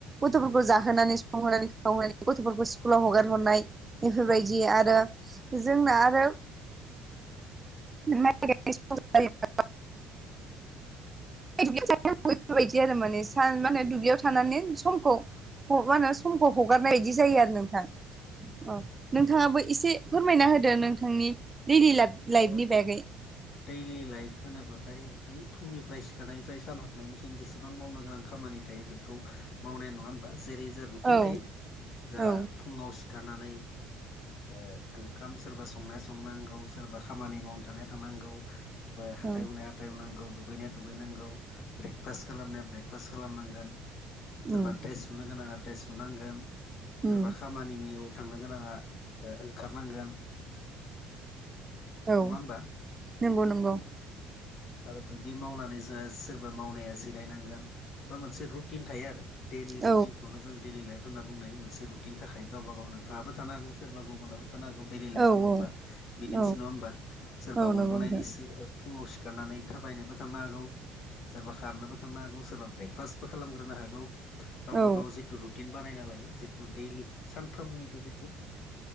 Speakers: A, on the right; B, on the left.
A: गथ'फोरखौ जाहोनानै संहोनानै खावहोनाय गथ'फोरखौ स्कुलाव हगार हरनाय बेफोरबायदि आरो जोंना आरो <unintelligible> <unintelligible> माने सान माने दुब्लियाव थानानै समखौ मा होनो समखौ हगारनाय बायदि जायो आरो नोंथां। औ नोंथाङाबो एसे फोरमायना होदो नोंथांनि दैडलि लाइफनि
B: अ
A: बागै
B: दैलि लाइफ होनोब्लाथाय बे फुंनिफ्राय सिखारनायनिफ्राय सान हाबनायनिसिम जेसेबां मावनो गोनां खामानि थायो बेखौ मावनाया नङा होनबा जेरै जो रुटिन
A: औ
B: थायो जा
A: औ
B: फुङाव सिखारनानै ओ ओंखाम सोरबा संनाय संनांगौ सोरबा खामानि मावनो थांनाय थांनांगौ बा हाथाय
A: औ
B: हुनाया हाथाय हुनांगौ, दुगैनाया दुगैनांगौ, ब्रेकफास्ट खालामनाया ब्रेकफास्ट खालामनांगोन सोरबा
A: उम
B: ड्रेस सुनो गोनाङा ड्रेस सुनांगोन,
A: उम
B: सोरबा खामानिनियाव थांनो गोनाङा ओंखारनांगोन
A: औ
B: नङा होमबा
A: नंगौ नंगौ
B: आरो बिदि मावनानै जोंहा सोरबा मावनाया जिरायनांगोन बा मोनसे रुटिन थायो आरो बेनि
A: औ
B: रुटिनखौनो जों डेलि लाइफ होनना बुंनाय मोनसे रुटिन थाखाय गावबा गाव नों थाबो थानो हागौ सोरबा गुबुनाबो थानो हागौ डेलि लाइफ
A: औ
B: बुङोब्ला बिदिनोसै
A: औ
B: नङा होमबा सोरबा
A: औ
B: उन्दुनायनिसो
A: नंगौ नोंथां
B: फुङाव सिखारनानै थाबायनोबो थांनो हागौ सोरबा खारनोबो थांनो हागौ सोरबा ब्रेकफास्टबो खालामग्रोनो हागौ गावबा
A: औ
B: गाव जिथु रुटिन बानायना लायो जिथु दैलि सानफ्रोमनिबो जिथु